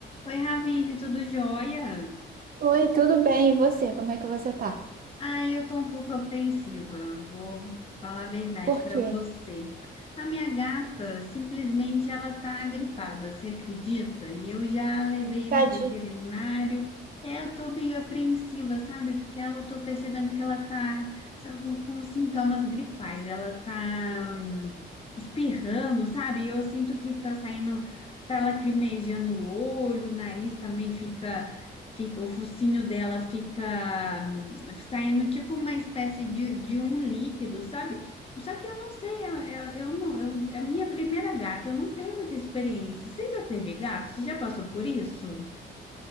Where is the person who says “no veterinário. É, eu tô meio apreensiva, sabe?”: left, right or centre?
Left